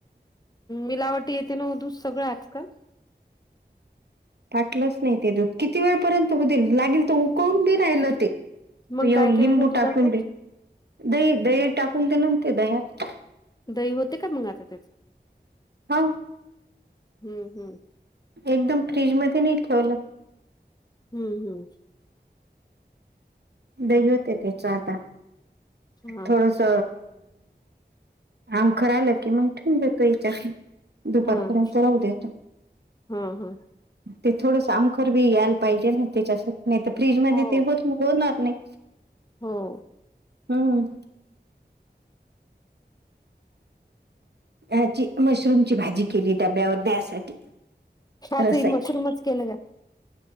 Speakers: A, on the left (about 20°); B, on the right (about 70°).
A: मिलावटी येते ना वो दूध सगळं आजकाल
B: फाटलंच नाही ते दूध किती वेळपर्यंत हो दिलं लागेल तर उकवून बी राहिलं ते
A: मग
B: एव
A: काय
B: लिंबू
A: केलं त्या दुधाचं
B: टाकून दे दही दही टाकून दिलं ते दह्यात
A: दही होते का मंग आता त्याज
B: हो
A: हम्म हम्म
B: एकदम फ्रीजमध्ये नाही ठेवलं..
A: हम्म हम्.
B: दही होते त्याच आता
A: हा
B: थोडस <unintelligible> <unintelligible> <inaudible> तो याच्याकून दुपारपर्यंत
A: हा
B: राहू देफ
A: हा हा
B: ते थोडंस आमखर बी यायला पाहिजे ना त्याच्यासाठी नाही तर फ्रीज मध्ये
A: हो
B: ते होत होणार नाही.
A: हो.
B: हम्म. ह्याची मशरूम ची भाजी केली डब्यावर द्यासाठी.
A: आज
B: रसाय
A: हे मशरूमच केलं का?